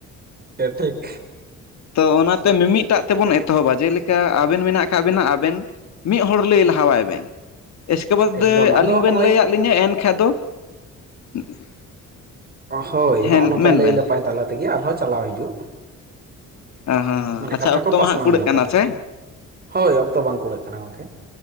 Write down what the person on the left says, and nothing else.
ᱛᱚ ᱚᱱᱟᱛᱮ ᱢᱤᱢᱤᱫ ᱴᱟᱜ ᱛᱮᱵᱚᱱ ᱮᱛᱚᱦᱚᱵᱼᱟ ᱡᱮᱞᱮᱠᱟ ᱟᱵᱮᱱ ᱢᱮᱱᱟᱜ ᱟᱠᱟᱜ ᱵᱮᱱᱟ ᱟᱵᱮᱱ, ᱢᱤᱜ ᱦᱚᱲ ᱞᱟᱹᱭ ᱞᱟᱦᱟᱣᱟᱭ ᱵᱮᱱ, ᱮᱥᱠᱮ ᱵᱟᱫᱽᱼᱮ
ᱟᱹᱞᱤᱧ
ᱵᱮᱱ ᱞᱟᱹᱭ ᱟᱫ ᱞᱤᱧᱟ ᱮᱱᱠᱟᱡ ᱫᱚ <unintelligible>
ᱦᱮᱸ
ᱢᱮᱱ
ᱵᱮᱱ
ᱚ ᱦᱚᱸ ᱦᱚᱸ
ᱟᱪᱪᱷᱟ
ᱚᱠᱛᱚ
ᱢᱟ ᱦᱟᱸᱜ ᱠᱩᱲᱟᱹᱜ
ᱠᱟᱱᱟ ᱥᱮ?